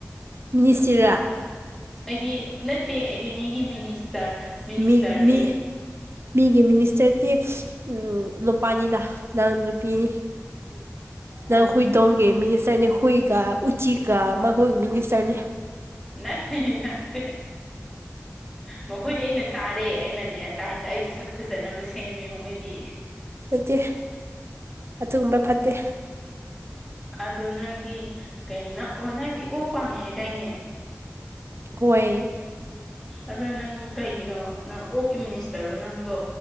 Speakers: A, on the right; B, in the centre.
A: ꯃꯤꯅꯤꯁꯇꯔꯥ
B: ꯑꯩꯗꯤ ꯅꯠꯇꯦ ꯑꯩꯗꯤ ꯃꯤꯒꯤ ꯃꯤꯅꯤꯁꯇꯔ ꯃꯤꯅꯤꯁꯇꯔꯅꯤ
A: ꯃꯤ ꯃꯤ ꯃꯤꯒꯤ ꯃꯤꯅꯤꯁꯇꯔꯗꯤ ꯎꯝ ꯅꯨꯄꯥꯅꯤꯗ ꯅꯪ ꯅꯨꯄꯤꯅꯤ <unintelligible> ꯅꯪ
B: ꯑꯥ
A: ꯍꯨꯏꯗꯣꯡꯒꯦ ꯃꯤꯅꯤꯁꯇꯔꯅꯦ ꯍꯨꯏꯀ ꯎꯆꯤꯒ ꯃꯥꯈꫭꯏꯒꯤ ꯃꯤꯅꯤꯁꯇꯔꯅꯦ
B: ꯅꯠꯇꯦ ꯅꯠꯇꯦ ꯃꯈꯣꯏꯗꯤ ꯑꯩꯅ ꯆꯥꯔꯦ ꯑꯩꯅꯅꯦ ꯗꯥꯏꯠ ꯑꯩꯒꯤ ꯁꯛ ꯐꯖꯅꯕ ꯁꯦꯝꯃꯦ ꯃꯣꯏꯗꯤ
A: ꯐꯠꯇꯦ ꯑꯗꯨꯒꯨꯝꯕ ꯐꯠꯇꯦ
B: ꯑꯗꯣ ꯅꯪꯗꯤ ꯀꯩꯅꯣ ꯅꯪ ꯅꯪꯗꯤ ꯑꯣꯛ ꯄꯥꯝꯃꯦ ꯍꯥꯏꯗꯥꯏꯅꯦ
A: ꯍꯣꯏ
B: ꯑꯗꯣ ꯅꯪ ꯀꯩꯒꯤꯅꯣ ꯅꯪ ꯑꯣꯛꯀꯤ ꯃꯤꯅꯤꯁꯇꯔꯔꯣ ꯅꯪꯗꯣ